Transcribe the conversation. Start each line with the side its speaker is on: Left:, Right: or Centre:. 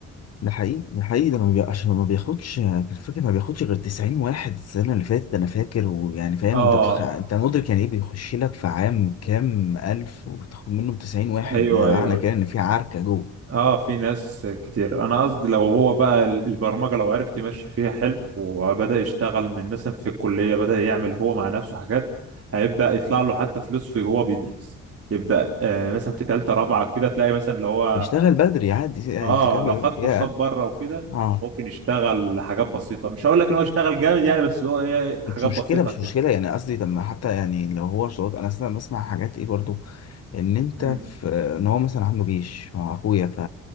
Left: ده حقيقي ده حقيقي ده ما بي... عشان ما بياخدش الفكرة ما بياخدش غير 90 واحد السنة اللي فاتت أنا فاكر ويعني فاهم
Right: اه
Left: أنت بتخ... أنت مدرك يعني إيه بيخش لك في عام كام ألف وتاخد منهم 90 واحد
Right: ايوه
Left: ده معنى
Right: ايوه
Left: كده إن في عركة جوه
Right: اه في ناس كتير انا قصدي لو هو بقى ال- البرمجه لو عرف يمشي فيها حلو وبدا يشتغل من مثلا في الكليه بدا يعمل هو مع نفسه حاجات هيبدا يطلع له حتى فلوس في هو بيدرس يبدا آه مثلا في ثالثه رابعه كده تلاقي مثلا لو هو
Left: يشتغل بدري عادي يعني
Right: اه
Left: انت كده
Right: لو خد كورسات
Left: يا
Right: بره وكده
Left: اه
Right: ممكن يشتغل حاجات بسيطه مش هقول لك ان هو يشتغل جامد يعني بس هو إيه، حاجات
Left: مش مشكله
Right: بسيطه
Left: مش
Right: كده
Left: مشكله يعني قصدي طب ما حتى يعني لو هو شروط انا اصلا بسمع حاجات ايه برضو ان انت
Right: مم.
Left: في ان هو مثلا عنده جيش مع اخويا ف